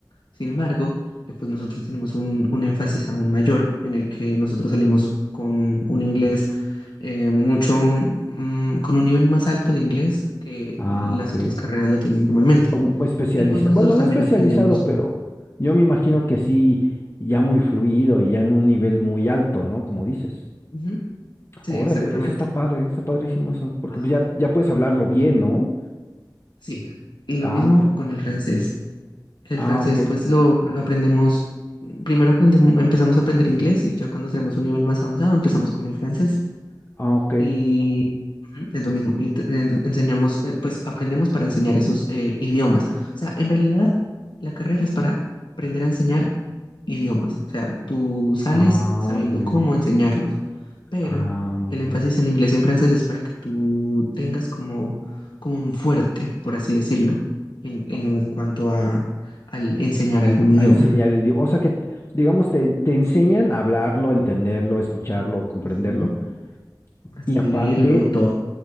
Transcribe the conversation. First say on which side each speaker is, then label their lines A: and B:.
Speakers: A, on the left; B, on the left.
A: Sin embargo, eh, pues nosotros tenemos un, un énfasis aún mayor en el que nosotros salimos con un inglés eh, mucho, mm, con un nivel más alto de inglés que
B: Ah,
A: las
B: ok.
A: otras carreras lo tienen normalmente.
B: Como especializa,
A: Y pues nosotros
B: bueno, no
A: también
B: especializado,
A: aprendemos.
B: pero yo me imagino que sí, ya muy fluido y ya en un nivel muy alto, ¿no? Como dices.
A: Ujú, Sí,
B: Órale,
A: exactamente.
B: eso está padre, está padrísimo eso, porque
A: Ajá.
B: pues ya, ya puedes hablarlo bien, ¿no?
A: Sí. Y lo
B: Ah,
A: mismo
B: qué,
A: con el francés. El
B: ah,
A: francés,
B: ok,
A: pues lo, lo aprendemos, primero aprendemos, empezamos a aprender inglés y ya cuando tenemos un nivel más avanzado empezamos con el francés.
B: ah, ok.
A: y ujú, es lo mismo. Y te- en- enseñamos, eh, pues aprendemos para enseñar esos eh, idiomas. O sea, en realidad la carrera es para aprender a enseñar idiomas. O sea, tú sales
B: Ah,
A: sabiendo
B: muy bien.
A: cómo enseñarlos, pero
B: Ah, muy
A: el
B: bien.
A: énfasis en inglés y en francés es para que tú tengas como, como un fuerte, por así decirlo, en, en
B: O-
A: cuanto a al enseñar algún idioma.
B: A enseñar el idioma. O sea que, digamos, te, te enseñan a hablarlo, a entenderlo, a escucharlo, a comprenderlo.
A: Ujú, A escribirlo,
B: Y aparte,
A: todo.